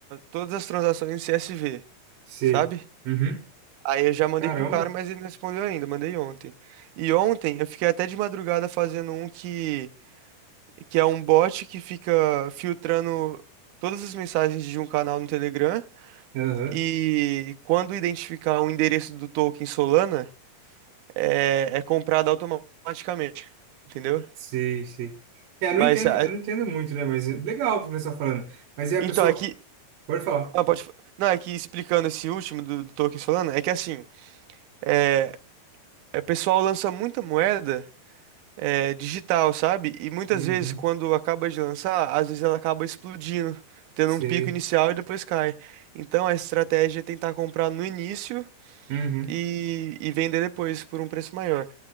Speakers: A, on the right; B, on the right.
A: todas as transações em CSV,
B: Sei.
A: sabe?
B: Uhum.
A: Aí eu já mandei
B: Caramba.
A: pro cara, mas ele não respondeu ainda, mandei ontem. E ontem eu fiquei até de madrugada fazendo um que, que é um bot que fica filtrando todas as mensagens de um canal no Telegram
B: Aham.
A: e quando identificar o endereço do token Solana, é, é comprado automaticamente, entendeu?
B: Sei, sei. É, eu não
A: Mas,
B: entendo,
A: ah,
B: eu não entendo muito, né? Mas é legal o professor falando. Mas é
A: então,
B: a pessoa.
A: aqui...
B: Pode falar.
A: Ah, pode... fa- Não, é que explicando esse último do, do token Solana, é que assim, é, é, o pessoal lança muita moeda é, digital, sabe? E muitas
B: Uhum.
A: vezes, quando acaba de lançar, às vezes ela acaba explodindo, tendo
B: Sei.
A: um pico inicial e depois cai. Então a estratégia é tentar comprar no início
B: Uhum.
A: e, e vender depois por um preço maior.